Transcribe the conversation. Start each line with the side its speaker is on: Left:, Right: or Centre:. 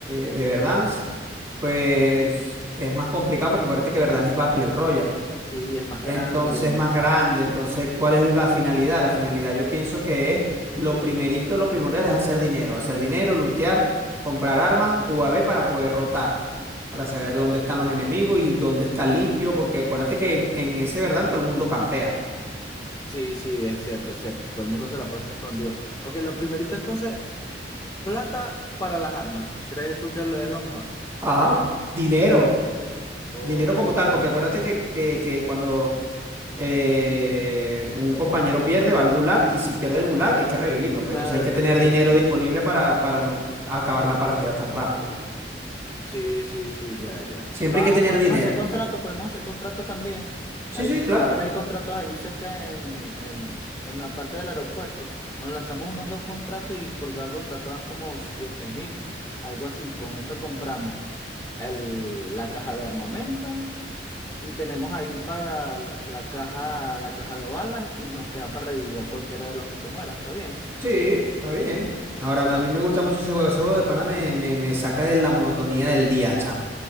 Right: de, de Verdansk, pues es más complicado, porque acuérdate que Verdansk es Battle Royale,
Left: Sí, es más
Right: entonces
Left: grande.
Right: es más grande, entonces, ¿cuál es la finalidad? La finalidad yo pienso que es, lo primerito, lo primordial es hacer dinero, hacer dinero, lootear, comprar armas, U A V para poder rotar, para saber dónde están los enemigos y dónde está limpio, porque acuérdate que en ese Verdansk todo el mundo campea.
Left: Sí, sí, es cierto, es cierto. Todo el mundo se la pasa escondido. Ok, lo primerito entonces, plata para las armas. ¿Crees tú que es lo- es lo mejor?
Right: Ajá, dinero.
Left: Ok.
Right: Dinero como tal, porque acuérdate que, que- que cuando eh, un compañero pierde, va al gulag, y si pierde el gulag, hay que revivirlo. Pues
Left: Claro,
Right: entonces hay que
Left: hay que
Right: tener
Left: revivirlo,
Right: dinero
Left: sí.
Right: disponible para, para no acabar la partida tan rápido.
Left: Sí, sí, sí, ya, ya.
Right: Siempre
Left: Ah,
Right: hay que tener
Left: podemos
Right: dinero.
Left: hacer contrato, podemos hacer contratos también.
Right: Sí,
Left: Ahí,
Right: sí,
Left: siempre
Right: claro.
Left: hay contratos ahí cerca en, en, en la parte del aeropuerto. Nos lanzamos unos dos contratos y por cada contrato dan como siete mil, algo así. Con eso compramos el, la caja de armamento Y tenemos ahí para la, la caja, la caja de balas y nos queda para revivir a cualquiera de los que se muera, ¿está bien?
Right: Sí, está bien. Ahora, a
Left: Ah,
Right: mí me gusta mucho ese juego. Ese juego de pana me, me, me saca de la monotonía del día, chamo.